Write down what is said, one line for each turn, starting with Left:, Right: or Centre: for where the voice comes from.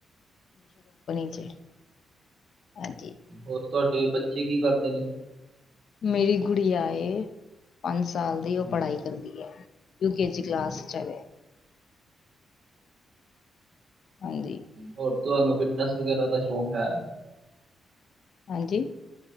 Left: 'ਚ ਹਾਂਜੀ
Right: ਹੋਰ ਤੁਹਾਡੇ ਬੱਚੇ ਕੀ ਕਰਦੇ ਨੇ?
Left: ਮੇਰੀ ਗੁੜੀ ਆਏ। ਪੰਜ ਸਾਲ ਦੀ ਉਹ
Right: ਹਮ,
Left: ਪੜ੍ਹਾਈ ਵਧਿਆ। ਯੂਕੇ ਜੀ ਕਲਾਸ ਚ' ਹਾਂਜੀ
Right: ਹੋਰ ਤੁਹਾਨੂੰ ਫਿਟਨੈਸ ਵਗੈਰਾ ਦਾ ਸ਼ੌਂਕ ਹੈ।
Left: ਹਾਂਜੀ।